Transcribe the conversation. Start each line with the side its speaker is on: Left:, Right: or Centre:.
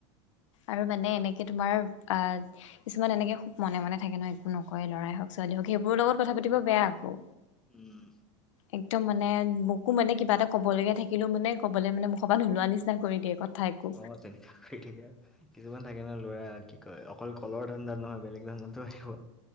Left: আৰু মানে এনেকে তোমাৰ আ কিছুমান এনেকে খুব মনে মনে থাকে ন, একো নকয় ল'ৰাই হওক ছোৱালীয়ে হওক। সেইবোৰৰ লগত কথা পাতিব বেয়া আকৌ।
Centre: উম।
Left: একদম মানে মোকো মানে কিবা এটা ক'ব লগীয়া থাকিলো মানে কবলে মানে মুখ পা নোলোৱা নিচি কৰি দিয়ে কথা একো
Centre: অ তেনেকা থাকে কিছুমান থাকে ন ল'ৰা কি কয়, অকল কলৰ ধান্দাত নহয় বেলেগ ধান্দাতো আহিব